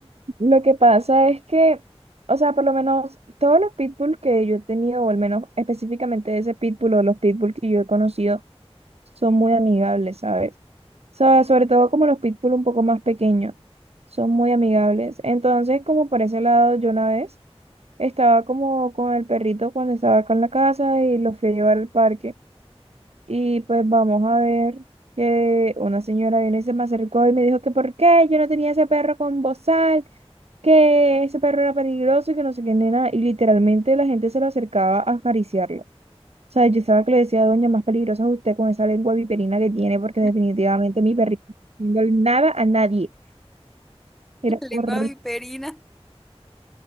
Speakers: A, on the right; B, in the centre.
A: Lo que pasa es que, o sea, por lo menos todos los pitbull que yo he tenido, o al menos específicamente ese pitbull o los pitbull que yo he conocido, son muy amigables, ¿sabes? So- sobre todo como los pitbull un poco más pequeños, son muy amigables. Entonces, como por ese lado, yo una vez estaba como con el perrito cuando estaba acá en la casa y lo fui a llevar al parque. Y pues vamos a ver que una señora vino y se me acercó y me dijo que por qué yo no tenía ese perro con bozal, que ese perro era peligroso y que no sé qué nena. Y literalmente la gente se lo acercaba a acariciarlo. O sea, yo estaba que le decía, a doña, más peligrosa es usted con esa lengua viperina que tiene, porque definitivamente
B: <laughs>
A: mi perrito no está haciendo nada a nadie. Era
B: Lengua
A: horrible.
B: viperina.